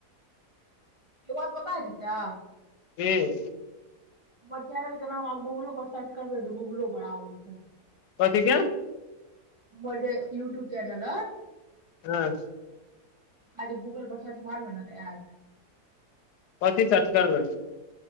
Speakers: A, on the right; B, on the left.
A: ई बात पता छै तै
B: ह
A: हमर चैनल के नाम आब गूगलो पर सर्च करबै तऽ गूगलो पर आबै छै।
B: कथिक।
A: हमर जे यूट्यूब चैनल अय।
B: हँ
A: आ जे गूगल पर सर्च मारबै ने तऽ आयत।
B: कथी सर्च करबै?